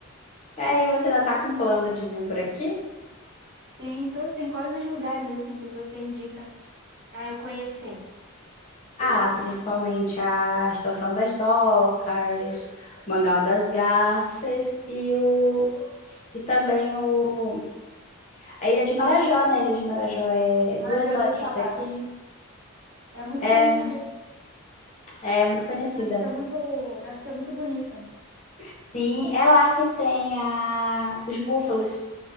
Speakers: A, on the left; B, on the right.
A: E aí, você ainda tá com plano de vir por aqui?
B: Sim, tô sim. Quais os lugares assim que você indica pra eu conhecer?
A: Ah, principalmente a Estação das Docas, o Mangal das Garças e o e também o a Ilha de Marajó, né? A Ilha de Marajó é duas
B: Ah, já
A: horinhas
B: ouvi falar.
A: daqui.
B: É muito
A: É,
B: conhecido.
A: é muito conhecida.
B: Deve ser muito, deve ser muito bonita.
A: Sim, é lá que tem a... os búfalos.